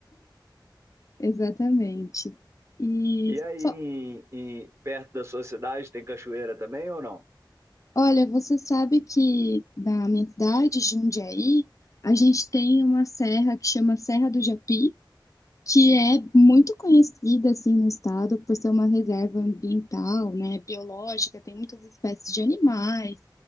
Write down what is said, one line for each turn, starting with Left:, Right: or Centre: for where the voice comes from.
Left: exatamente. E
Right: E aí,
Left: fo-
Right: em- em- perto da sua cidade, tem cachoeira também ou não?
Left: Olha, você sabe que na minha cidade, Jundiaí, a gente tem uma serra que chama Serra do Japi, que é muito conhecida assim no estado por ser uma reserva ambiental, né, biológica, tem muitas espécies de animais,